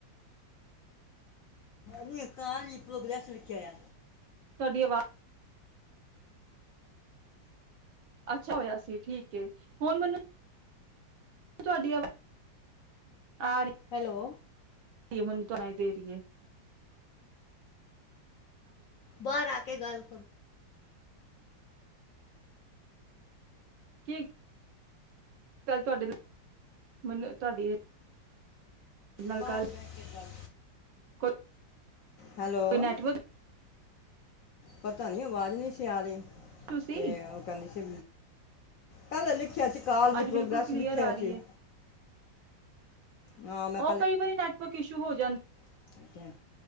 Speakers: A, on the left (about 75°); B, on the right (about 85°).
A: ਨੀ ਕਾਂ <unintelligible> ਐ,
B: ਤੁਹਾਡੀ ਆਵਾਜ਼ ਅੱਛਾ ਹੋਇਆ ਸੀ ਠੀਕ ਹੁਣ ਮੈਨੂੰ ਤੁਹਾਡੀ ਆਵਾ ਆ
A: ਹੈਲੋ,
B: ਈਮਨ ਤੁਣਾਈ ਦੇ ਰਹੀ ਹੈ।
A: ਬਾਰ ਆ ਕੇ ਗੱਲ
B: ਕੀ ਕੱਲ ਤੁਹਾਡੇ ਨਾਲ ਮੈਨੂੰ ਤੁਹਾਡੀ, ਨਾਲ
A: ਬਾਹਰ
B: ਗੱਲ
A: ਬਹਿ ਕੇ ਗੱਲ
B: ਕੋਈ
A: ਹੈਲੋ
B: ਨੈਟਵਰਕ
A: ਪਤਾ ਨੀ ਅਵਾਜ਼ ਨਹੀਂ ਸੀ ਆ ਰਹੀ
B: ਇਸ਼ੂ ਸੀ
A: ਤੇ ਉਹ ਕਹਿੰਦੀ ਸੀ ਕੱਲ ਲਿਖਿਆ ਸੀ ਕਾਲ ਦੀ
B: ਅੱਜ ਬਿਲਕੁਲ
A: ਪ੍ਰੋਗ੍ਰੈਸ
B: ਕਲੀਅਰ
A: ਲਿਖਿਆ
B: ਆ ਰਹੀ
A: ਸੀ
B: ਏ
A: ਹਾਂ ਮੈਂ
B: ਉਹ ਕਈ ਵਾਰੀ ਨੈਟਵਰਕ ਇਸ਼ੂ ਹੋ ਜਾਂ
A: <unintelligible> ਐ,